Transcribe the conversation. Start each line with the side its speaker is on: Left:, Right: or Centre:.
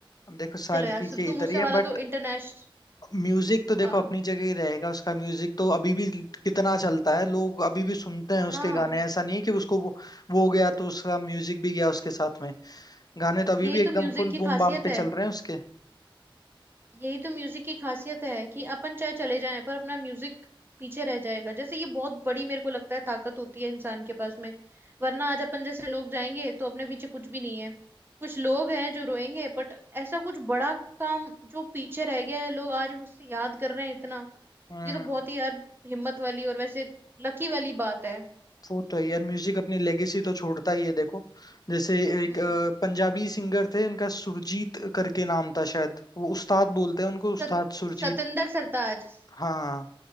Left: अब देखो सारी
Right: चलो यार
Left: चीजें
Right: सिद्धू
Left: इधर
Right: मूसेवाला
Left: ही है बट
Right: तो इंटरनेशनल
Left: म्यूजिक तो
Right: हाँ
Left: देखो अपनी जगह ही रहेगा उसका म्यूजिक तो अभी भी कितना चलता है लोग अभी भी सुनते
Right: हाँ
Left: हैं उसके गाने ऐसा नहीं है कि उसको वो, वो हो गया तो उसका म्यूजिक भी गया उसके साथ में गाने तो अभी
Right: यही
Left: भी एकदम
Right: तो म्यूजिक
Left: फुल
Right: की
Left: बूम
Right: खासियत
Left: बाम पे
Right: है
Left: चल रहे हैं उसके
Right: यही तो म्यूजिक की खासियत है कि अपन चाहे चले जाएं पर अपना म्यूजिक पीछे रह जाएगा जैसे ये बहुत बड़ी मेरे को लगता है ताकत होती है इंसान के पास में वरना आज अपन जैसे लोग जाएंगे तो अपने पीछे कुछ भी नहीं है कुछ लोग हैं जो रोएंगे बट ऐसा कुछ बड़ा काम जो पीछे रह गया है लोग आज भी उससे याद कर रहे हैं इतना
Left: हम्म
Right: ये तो बहुत ही यार हिम्मत वाली और वैसे लकी वाली बात है
Left: वो तो है यार म्यूजिक अपनी लेगेसी तो छोड़ता ही है देखो जैसे एक
Right: हम्म
Left: अ, पंजाबी सिंगर थे उनका सुरजीत करके नाम था शायद वो उस्ताद बोलते हैं उनको उस्ताद
Right: सत,
Left: सुरजीत
Right: सतेंद्र सरताज
Left: हाँ